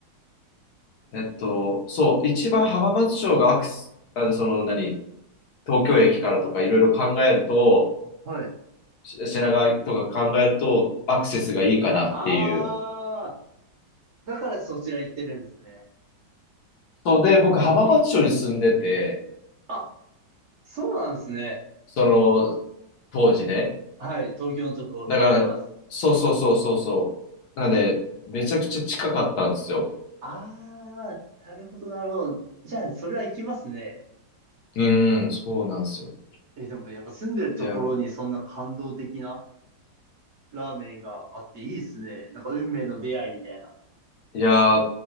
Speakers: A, on the left (about 65°); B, on the right (about 50°).
A: えっと、そう、一番浜松町がアクセス、あの、その、何、東京駅からとかいろいろ考えると、
B: はい。
A: し品川とか考えるとアクセスがいいかなっていう。
B: あー、だからそちら行ってるんですね。
A: そうで、僕浜松町に住んでて、
B: あ、そうなんですね。
A: その当時ね。
B: はい。東京のとこ、
A: だから、
B: 時は。
A: そうそうそうそうそう。なんで、めちゃくちゃ近かったんですよ。
B: あー、なるほど、なるほど。じゃあ、それは行きますね。
A: うん、そうなんですよ。
B: え、でもやっぱ住んでるところにそんな感動的な
A: いや、
B: ラーメンがあっていいですね。なんか運命の出会いみたいな。
A: いや